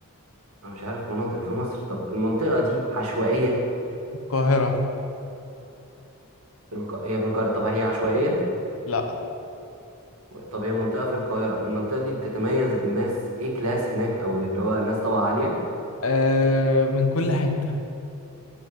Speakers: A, on the right; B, on the left.
A: أنا مش عارف مناطق في مصر طب المنطقة دي عشوائية
B: القاهرة
A: في الق... هي في القاهرة طب هي عشوائية
B: لا
A: و- طب هي منطقة في القاهرة المنطقة دي بتتميز بالناس إيه كلاس هناك أو اللي هو ناس طبقة عالية
B: آه من كل حتة